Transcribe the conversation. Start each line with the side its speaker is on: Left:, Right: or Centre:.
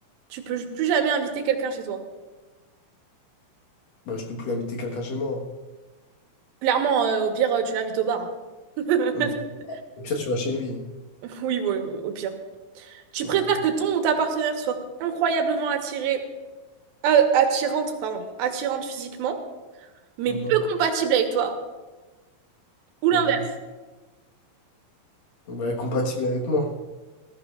Right: tu peux plus jamais inviter quelqu'un chez toi.
Left: Bah, je peux plus inviter quelqu'un chez moi.
Right: Clairement, euh, au pire, euh, tu l'invites au bar. hein.
Left: Mm.
Right: <laughs>
Left: Au pire, tu vas chez lui.
Right: Oui, oui, oui, au pire. Tu
Left: Mhm.
Right: préfères que ton ou ta partenaire soit incroyablement attiré euh, attirante, pardon, attirante physiquement, mais
Left: Mhm.
Right: peu compatible avec toi, ou l'inverse,
Left: Mhm. Bah, compatible avec moi.